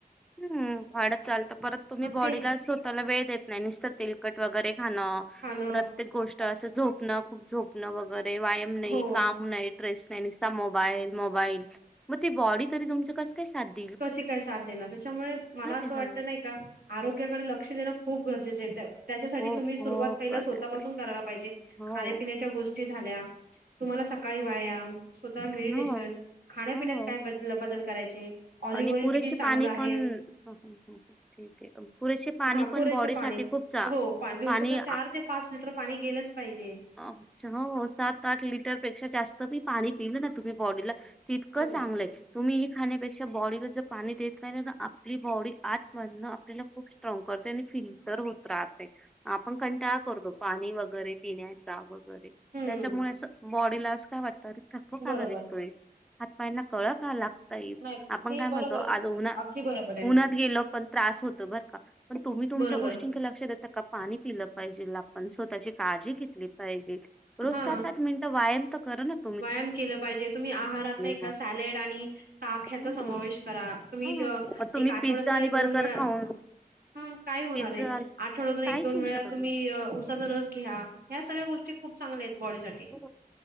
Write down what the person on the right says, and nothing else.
मग
ते
हॅलो
हो
कशी काय साथ देणार त्याच्यामुळे मला असं
वाटत नाही का आरोग्याकडे लक्ष देणे खूप गरजेच त्याच्यासाठी
तुम्ही सुरुवात
पहिला
स्वःपासून
करायला पाहिजे
खाण्यापिण्याच्या गोष्टी झाल्या तुम्हाला सकाळी वायाम स्वतः मेडिटेशन
खाण्यापिण्यात
काय बदल बदल करायचे ऑलिव्ह
ऑइल
किती चांगलं
आहे
हा
पुरेसे
पाणी
हो पाच दिवसाात
चार ते पाच लिटर पाणी गेलंच पाहिजे
हम्म
हम्म
बरोबर
नाही
हे
बरोबर
आहे तुमचं
अगदी बरोबर आहे
बरोबर
हा
व्यायाम केलं पाहिजे तुम्ही आहारात नाही
का सॅलेड आणि ताकख्याचा
समावेश करा तुम्ही
द अ
एक आठवड्यात
दोन वेळा
हम हा काय होणार
आहे
आठवड्यातून
एक दोन
वेळा
तुम्ही
उसाचा रस घ्या ह्या सगळ्या गोष्टी खूप चांगल्या आहेत बॉडी साठी